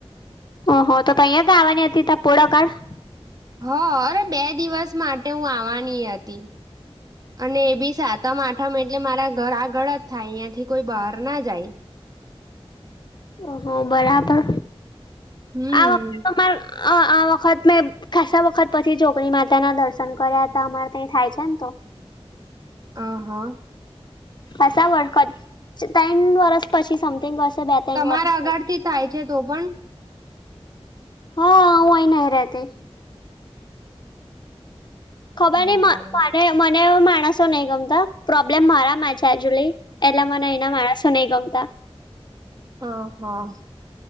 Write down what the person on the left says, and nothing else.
ઓહ તો તહિયા ગાવાની હતી ત પોળકાડ
ઓહ! બરાબર.
આ વખતે તો મારે અ આ વખત મેં ખાસા વખત પછી, જોગણી માતાના દર્શન કર્યા હતા. અમારે ત્યા થાય છે ને તો
ખાસા વખત ત્રન વર્સ પછી સમથિંગ બે ત્રણ
વર્ષ
હા, હું અહીં નહીં રહે તી. ખબર
નહિ મને, મને એ માણસો નહી ગમતા. પ્રોબ્લેમ મારામાં છે એકચુલી. એટલા મને એના માણસો નઈ ગમતા.